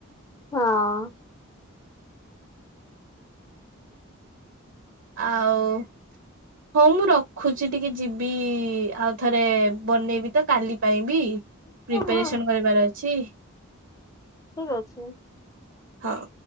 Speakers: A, on the left; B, on the right.
A: ହଁ।
B: ଆଉ? ହଉ ମୁଁ ରଖୁଛି ଟିକେ ଯିବି ଆଉ ଥରେ ବନେଇବି ତ କାଲି ପାଇଁ ବି। ପ୍ରିପାରେସନ
A: ହଁ
B: କରିବାର ଅଛି।
A: ଠିକ ଅଛି।
B: ହଉ।